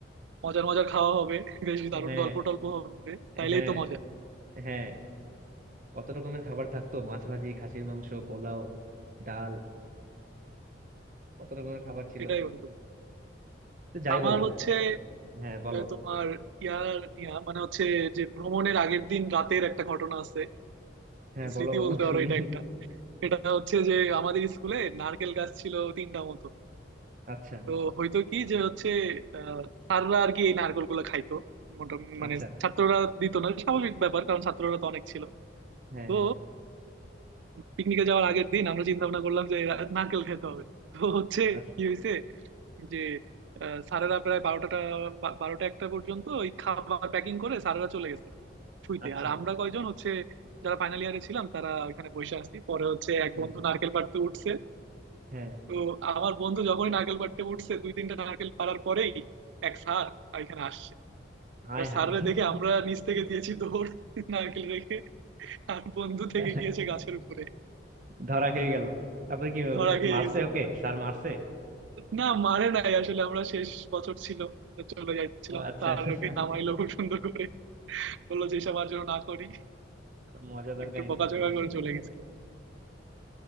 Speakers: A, on the right; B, on the right.
A: মজার মজার খাওয়া হবে বেশ দারুণ
B: হ্যাঁ
A: গল্প টল্প হবে তাইলেই
B: হ্যাঁ
A: তো মজা
B: হ্যাঁ কত রকমের খাবার থাকতো মাছ ভাজি খাসির মাংস পোলাও ডাল কত রকমের খাবার ছিল
A: এটাই বন্ধু
B: তো যাই
A: আমার
B: বলো
A: হচ্ছে
B: হ্যাঁ বলো
A: আহ, তোমার ইয়ার নিয়া মানে হচ্ছে যে ভ্রমণের আগের দিন রাতের একটা ঘটনা আছে
B: হ্যাঁ
A: স্মৃতি
B: বলো বলো
A: বলতে পারো
B: শুনি
A: এটা এটা হচ্ছে যে আমাদের স্কুলে নারকেল গাছ ছিল তিনটা মতো
B: আচ্ছা
A: তো হয়তো কি যে হচ্ছে আহ, স্যাররা আর কি এই নারকেল গুলো খাইতো মোটামুটি মানে
B: আচ্ছা
A: ছাত্ররা দিত না স্বাভাবিক ব্যাপার কারণ ছাত্ররা তো অনেক ছিল
B: হ্যাঁ
A: তো
B: হ্যাঁ
A: পিকনিকে যাওয়ার আগের দিন আমরা চিন্তা ভাবনা করলাম যে রা- নারকেল খেতে হবে তো হচ্ছে
B: আচ্ছা।
A: কি হয়েছে যে আহ, স্যারেরা প্রায় বারোটা বারোটা একটা পর্যন্ত ওই খাবার প্যাকিং করে স্যারেরা চলে গেছে শুইতে
B: আচ্ছা
A: আর আমরা কয়জন হচ্ছে যারা ফাইনাল ইয়ারে ছিলাম তারা ওখানে বসে আছি পরে হচ্ছে এক
B: হ্যাঁ
A: বন্ধু নারকেল পাড়তে উঠছে
B: হ্যাঁ
A: তো আমার বন্ধু যখনই নারকেল পাড়তে উঠছে দুই তিনটা নারকেল পাড়ার পরেই এক স্যার এখানে আসছে
B: High
A: এবার
B: high
A: স্যাররা দেখে আমরা নিচ থেকে দিয়েছি দৌড় নারকেল রেখে আর বন্ধু থেকে
B: <laughs>
A: গিয়েছে গাছের উপরে
B: ধরা খেয়ে গেল তারপরে কি
A: ধরা খেয়ে
B: মারছে
A: গেছে
B: ওকে
A: পুরো
B: স্যার মারছে
A: না মারে নাই আসলে আমরা শেষ বছর ছিল তো চলে যাচ্ছিলাম
B: ও আচ্ছা
A: স্যার
B: <laughs>
A: ওকে নামাইলো খুব সুন্দর করে বললো যে এসব আর যেন না করি
B: মজাদার
A: একটু
B: কাহিনী
A: বকাঝকা
B: আসলে <laughs>
A: করে চলে গেছিল